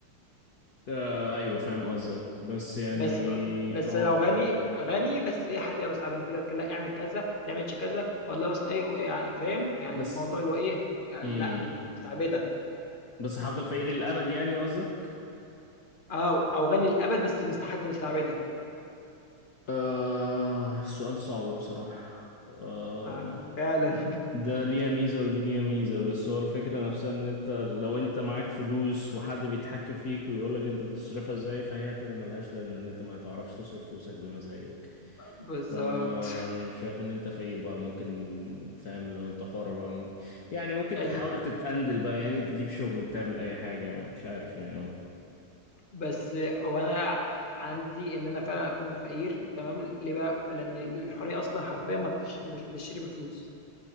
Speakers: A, on the left (about 50°); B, on the left (about 25°).
A: <laughs> آه ايوه فاهم قصدك بس يعني
B: بس بس
A: اه
B: لو غني غني بس ايه حد يبقى مساعدك يقول لك لا اعمل كذا ما تعملش كذا والله مثلا ايه يعني فاهم يعني
A: بس
B: الموضوع اللي هو ايه يعني
A: امم
B: لا مستعبدك
A: بس هفضل فقير للابد يعني قصدك
B: اه او غني للابد بس مست حد مستعبدك
A: آه سؤال صعب بصراحة آه
B: آه، فعلا
A: ده ليها ميزة ودي ليها ميزة بس هو الفكرة نفسها ان انت لو انت معاك فلوس وحد بيتحكم فيك ويقولك انت تصرفها ازاي فهي كده ملهاش لازمة ان انت ما تعرفش تصرف فلوسك بمزاجك
B: <laughs> بالظبط
A: ف شايف ان انت فقير بقى ممكن فاهم لو انت حر بقى ممكن يعني ممكن
B: ال-
A: تحاول تتقندل بقى يعني تجيب شغل تعمل اي حاجة يعني مش عارف يعني اه
B: بس وانا عندي ان انا فعلا اكون فقير تمام ليه بقى لان الحريه اصلا حرفيا ما بتش... مش بتشتري بفلوس